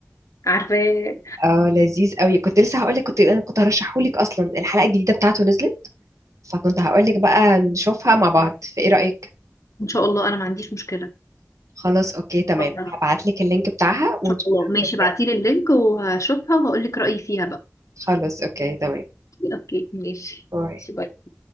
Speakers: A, on the left; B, on the right.
A: عارفاه
B: اه لذيذ قوي كنت لسه هقول لك كنت انا كنت هرشحه لك اصلا الحلقه الجديده بتاعته نزلت فكنت هقول لك بقى نشوفها مع بعض فايه رايك
A: ان شاء الله انا ما عنديش مشكلة
B: خلاص اوكي تمام
A: اتفضل. ان
B: هبعت لك اللينك بتاعها ونشوفها
A: شاء الله ماشي
B: ونتكلم
A: بعتيلي اللينك وهشوفها وهقول لك رأيي فيها بقى
B: خلاص اوكي تمام
A: اوكي ماشي
B: باي
A: ماشي، باي.